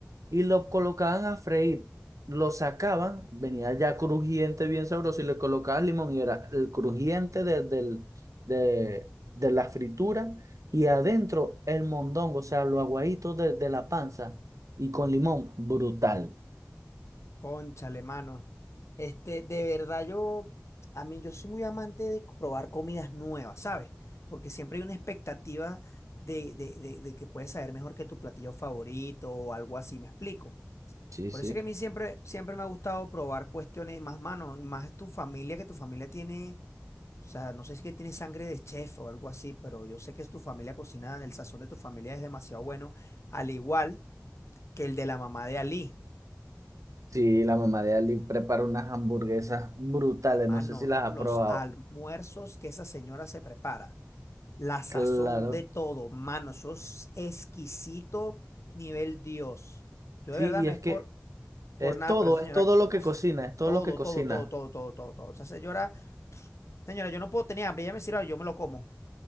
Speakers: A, on the right; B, on the left.
A: Y lo colocaban a freír, lo sacaban, venía ya crujiente, bien sabroso, y le colocaban limón y era el crujiente de, del- de, de la fritura y adentro el mondongo, o sea, lo aguadito de, de la panza y con limón, brutal.
B: Cónchale, mano. Este, de verdad, yo, a mí, yo soy muy amante de probar comidas nuevas, ¿sabes? Porque siempre hay una expectativa de, de, de, de que puedes saber mejor que tu platillo favorito o algo así, ¿me explico?
A: Sí,
B: Por
A: sí.
B: eso es que a mí siempre, siempre me ha gustado probar cuestiones más, mano, y más tu familia, que tu familia tiene, o sea, no sé si es que tiene sangre de chef o algo así, pero yo sé que tu familia cocina, el sazón de tu familia es demasiado bueno, al igual que el de la mamá de Ali.
A: Sí, la mamá de Ali prepara unas hamburguesas brutales,
B: Mano,
A: no sé si las
B: los
A: ha probado.
B: almuerzos que esa señora se prepara, la sazón
A: Claro.
B: de todo, mano, eso es exquisito nivel Dios. Yo
A: Sí,
B: de verdad
A: y
B: no
A: es
B: es por,
A: que es
B: por nada,
A: todo,
B: pero esa
A: es
B: señora,
A: todo lo que
B: uf,
A: cocina, es todo
B: todo,
A: lo que cocina.
B: todo, todo, todo, todo, todo, todo. Esa señora, pf, señora, yo no puedo tener hambre, ella me sirve, algo, yo me lo como,